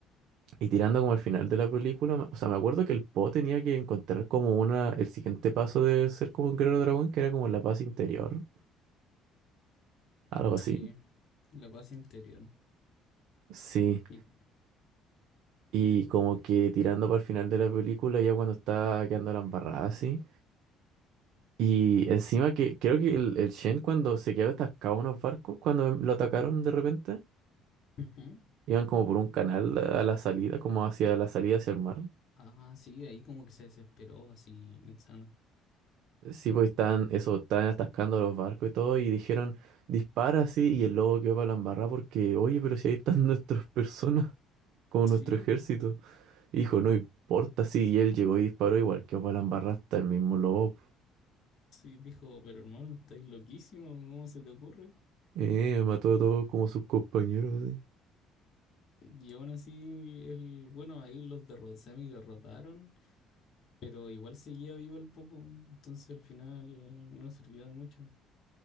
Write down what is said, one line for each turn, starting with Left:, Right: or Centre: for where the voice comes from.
Right: Y tirando como al final de la película, me- o sea, me acuerdo que el Po tenía que encontrar como una, el siguiente paso de ser como un guerrero dragón, que era como la paz interior, algo así.
Left: Sí, la paz interior.
Right: Sí.
Left: Y,
Right: Y como que tirando para el final de la película, ya cuando está quedando la embarrada así. Y encima que creo que el, el Shen cuando se quedó atascado en unos barcos, cuando lo atacaron de repente,
Left: ujú.
Right: iban como por un canal a la salida, como hacia la salida hacia el mar.
Left: Ah, sí, ahí como que se desesperó, así, insano.
Right: Sí, pues estaban, eso, estaban atascando los barcos y todo, y dijeron, dispara así, y el lobo quedó para la embarrada porque, oye, pero si ahí están <laughs> nuestras personas, como
Left: Sí,
Right: nuestro ejército. Y dijo, no importa, sí, y él llegó y disparó, igual quedó para la embarrada hasta el mismo lobo.
Left: sí, dijo, pero hermano, estáis loquísimo, ¿cómo se te ocurre?
Right: Eh, mató a todos como sus compañeros, así.
Left: Y aún así, el, bueno, ahí los derrot, semi derrotaron, pero igual seguía vivo el Popo, entonces al final no sirvió de mucho.